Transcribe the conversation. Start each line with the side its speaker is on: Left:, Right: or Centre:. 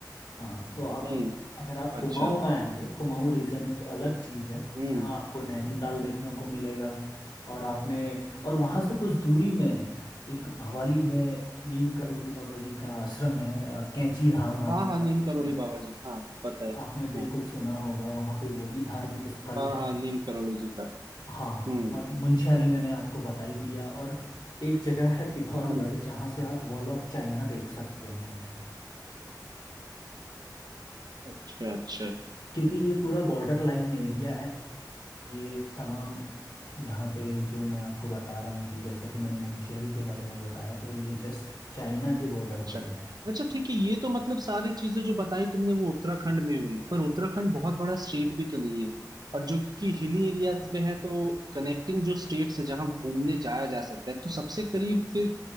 Left: हाँ तो आप
Right: हम्म
Left: अग- अगर आप
Right: अच्छा
Left: कुमाऊं में आएंगे कुमाऊं रीजन एक अलग चीज़ है
Right: हम्म
Left: जहाँ आपको नैनीताल देखने को मिलेगा और आपने और वहाँ से कुछ दूरी में एक भवाली में नीम करौली बाबा जी का आश्रम है अ, कैंची धाम आपने
Right: हाँ हाँ
Left: काफी
Right: नीम
Left: सुना
Right: करोली बाबा जी हाँ पता है
Left: आपने बिल्कुल
Right: हाँ
Left: सुना होगा वहाँ पे वो भी धार्मिक स्थल
Right: हाँ
Left: है
Right: हाँ नीम करोली जी का
Left: हाँ
Right: हम्म
Left: और मुंशियारी मैंने आपको बता ही दिया और एक जगह है पिथौरागढ़
Right: हम्म
Left: जहाँ से आप वॉल ऑफ चाइना देख सकते हैं
Right: अच्छा अच्छा
Left: क्योंकि ये पूरा बॉर्डर लाइन एरिया है ये तमाम यहाँ पे जो मैं आपको बता रहा हूँ कि जैसा कि मैंने मुंशियारी के बारे में बताया तो ये जस्ट चाइना के बॉर्डर
Right: अच्छा
Left: पे है
Right: अच्छा ठीक है ये तो मतलब सारी चीजें जो बताई तुमने वो उत्तराखंड में हुई पर उत्तराखंड बहुत बड़ा स्टेट भी तो नहीं है और जो कि हिली एरियाज में है तो कनेक्टिंग जो स्टेट्स है जहाँ घूमने जाया जा सकता है तो सबसे करीब फिर